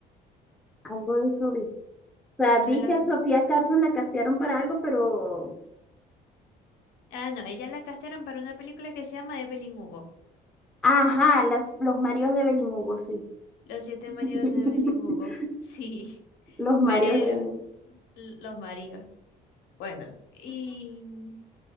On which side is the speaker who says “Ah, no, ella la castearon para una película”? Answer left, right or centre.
Left